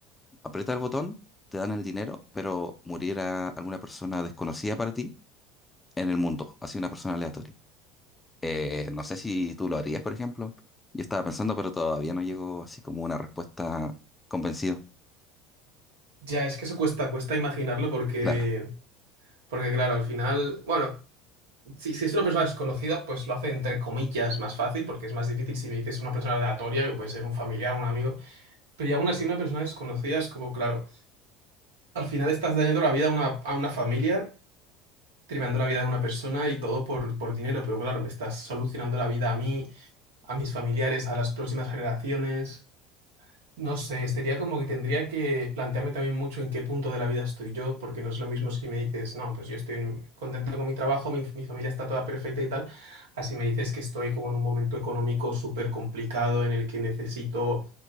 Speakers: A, on the left (about 20°); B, on the right (about 75°).
A: Aprieta el botón, te dan el dinero, pero muriera alguna persona desconocida para ti en el mundo, así una persona aleatoria. Eh, no sé si tú lo harías, por ejemplo. Yo estaba pensando, pero todavía no llegó así como una respuesta convencido.
B: Ya, es que eso cuesta, cuesta imaginarlo porque,
A: Claro,
B: porque claro, al final, bueno, si, si es una persona desconocida, pues lo hace entre comillas más fácil, porque es más difícil si me dices una persona aleatoria, que puede ser un familiar, un amigo, pero ya aún así una persona desconocida es como, claro, al final estás dañando la vida a una, a una familia, tremendo la vida de una persona y todo por, por dinero, pero claro, me estás solucionando la vida a mí, a mis familiares, a las próximas generaciones. No sé, sería como que tendría que plantearme también mucho en qué punto de la vida estoy yo, porque no es lo mismo si me dices, no, pues yo estoy en- contento con mi trabajo, mi, mi familia está toda perfecta y tal, así me dices que estoy como en un momento económico súper complicado en el que necesito